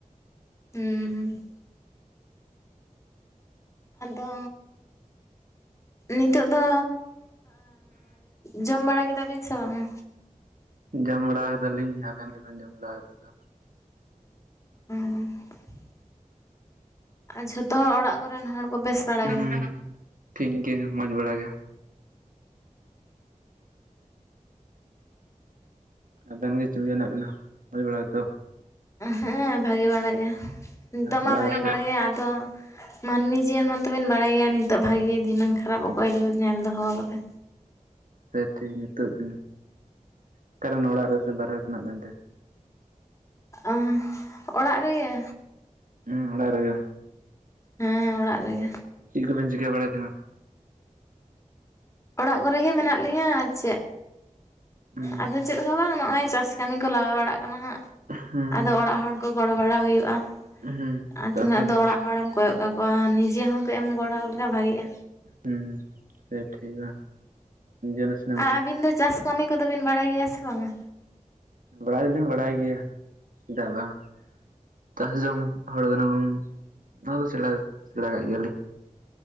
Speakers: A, on the left; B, on the right.
A: ᱦᱩᱸ ᱟᱫᱚ ᱱᱤᱛᱚᱜ ᱫᱚ᱾ ᱡᱚᱢ ᱵᱟᱲᱟ ᱠᱮᱫᱟᱵᱤᱱ ᱥᱮ ᱵᱟᱝᱟ?
B: ᱡᱚᱢ ᱵᱟᱲᱟ ᱠᱟᱫᱟᱞᱤᱧ ᱟᱵᱮᱱ ᱜᱮᱵᱮᱱ ᱡᱚᱢ ᱵᱟᱲᱟ ᱠᱟᱫᱟ ᱵᱟᱝ?
A: ᱦᱩᱸ ᱟᱨ ᱡᱷᱚᱛᱚ ᱦᱚᱲ ᱚᱲᱟᱜ ᱠᱚᱨᱮᱱ ᱦᱚᱲ ᱠᱚ ᱵᱮᱥ ᱵᱟᱲᱟ
B: ᱦᱩᱸ
A: ᱜᱮ
B: ᱴᱷᱤᱠ ᱜᱮ ᱢᱚᱡᱽ ᱵᱟᱲᱟ ᱜᱮ ᱟᱵᱮᱱ ᱜᱮ ᱪᱤᱞᱠᱟ ᱦᱮᱱᱟᱜ ᱵᱤᱱᱟ ᱢᱚᱡᱽ ᱵᱟᱲᱟ ᱜᱮᱛᱚ
A: ᱦᱮᱸ ᱵᱷᱟᱜᱤ ᱵᱟᱲᱟ ᱜᱮ ᱱᱤᱛᱚᱜ ᱢᱟ
B: ᱚᱲᱟᱜ
A: ᱵᱷᱟᱜᱤ
B: ᱨᱮ ᱥᱮᱫ
A: ᱵᱟᱲᱟ ᱜᱮ ᱟᱫᱚ ᱢᱟᱹᱱᱢᱤ ᱡᱤᱭᱚᱱ ᱢᱟᱛᱚ ᱵᱤᱱ ᱵᱟᱲᱟᱭ ᱜᱮᱭᱟ ᱱᱤᱛᱚᱜ ᱵᱷᱟᱜᱮ ᱫᱷᱤᱱᱟᱹᱝ ᱠᱷᱟᱨᱟᱯ ᱚᱠᱚᱭ ᱧᱮᱞ ᱫᱚᱦᱚ ᱠᱟᱫᱟᱭ᱾
B: ᱥᱮ ᱴᱷᱤᱠ ᱱᱤᱛᱚᱜ ᱫᱤᱱ ᱚᱠᱟᱨᱮᱱ ᱚᱲᱟᱜ ᱨᱮᱥ ᱵᱟᱨᱦᱮ ᱨᱮᱱᱟᱜ ᱢᱮᱱᱛᱮ?
A: ᱟᱦ ᱚᱲᱟᱜ ᱨᱮᱜᱮ,
B: ᱦᱮᱸ ᱟᱲᱟᱜ ᱨᱮᱜᱮ,
A: ᱦᱮᱸ ᱚᱲᱟᱜ ᱨᱮᱜᱮ,
B: ᱪᱮᱫ ᱠᱚᱵᱮᱱ ᱪᱤᱠᱟᱹ ᱵᱟᱲᱟᱭ ᱠᱟᱱᱟ?
A: ᱚᱲᱟᱜ ᱠᱚᱨᱮ ᱜᱮ ᱢᱮᱱᱟᱜ ᱞᱤᱧᱟᱹ ᱟᱨ ᱪᱮᱫ
B: ᱦᱩᱸ
A: ᱟᱫᱚ ᱪᱮᱫ ᱦᱚᱸ ᱵᱟᱝ ᱱᱚᱜᱼᱚᱭ ᱪᱟᱥ ᱠᱟᱹᱢᱤ ᱠᱚ ᱞᱟᱜᱟᱣ ᱵᱟᱲᱟᱜ ᱠᱟᱱᱟ ᱦᱟᱸᱜ
B: ᱦᱩᱸ
A: ᱟᱫᱚ ᱚᱲᱟᱜ ᱦᱚᱲ ᱠᱚ ᱜᱚᱲᱚ ᱵᱟᱲᱟ ᱦᱩᱭᱩᱜᱼᱟ,
B: ᱦᱩᱸ
A: ᱟᱨ
B: ᱪᱟᱥ
A: ᱛᱤᱱᱟᱹᱜ
B: ᱠᱟᱫᱟ
A: ᱫᱚ ᱚᱲᱟᱜ ᱦᱚᱲᱮᱢ ᱠᱚᱭᱚᱜ ᱠᱟᱠᱚᱣᱟ ᱱᱤᱡᱮ ᱦᱚᱸ ᱠᱟᱹᱡ ᱮᱢ ᱜᱚᱲᱚ ᱞᱮᱠᱷᱟᱡ ᱵᱷᱟᱜᱤᱜᱼᱟ,
B: ᱦᱮᱸ ᱴᱷᱤᱠ ᱟ ᱤᱡᱳ ᱢᱮᱥᱮ,
A: ᱟᱨ ᱟᱹᱵᱤᱱ ᱫᱚ ᱪᱟᱥ ᱠᱟᱹᱢᱤ ᱠᱚᱫᱚ ᱵᱤᱱ ᱵᱟᱲᱟᱭ ᱜᱮᱭᱟ ᱥᱮ ᱵᱟᱝ ᱟ?
B: ᱵᱟᱲᱟᱭ ᱫᱚ ᱞᱤᱧ ᱵᱟᱲᱟᱭ ᱜᱮᱭᱟ ᱪᱮᱫᱟᱜ ᱵᱟᱝ, ᱪᱟᱥ ᱡᱚᱢ ᱦᱚᱲ ᱠᱟᱱᱟ ᱵᱚᱱ ᱱᱚᱣᱟ ᱫᱚ ᱥᱮᱬᱟ ᱜᱮ ᱥᱮᱬᱟ ᱠᱟᱜ ᱜᱮᱭᱟ ᱞᱤᱧ,